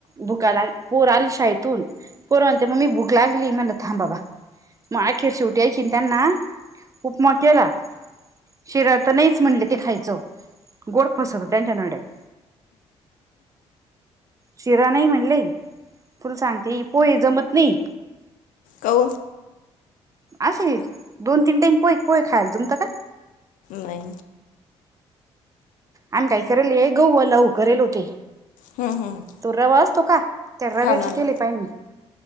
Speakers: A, on the right; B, on the left.
A: भुकाला पोर आल शाळेतून पोरनते मगी भूक लागली मला थां बाबा मग अखेर शेवटी ऐिन त्यांना उपमा केला शिरा तर नाहीच म्हणले ते खायचं गोड फसवत त्यांच्या नड्यात शिरा नाही म्हणले तुल सांगते पोहे जमत नाही
B: हो
A: असे दोन तीन टाईम पोहे पोहे खायला जमत का
B: नाही
A: आम्ही काही करेल आहे गऊ लह करेल होते
B: हम्म, हम्म.
A: तो रवा असतो का त्या रव्याची
B: हो ना ना.
A: केली पाहि मी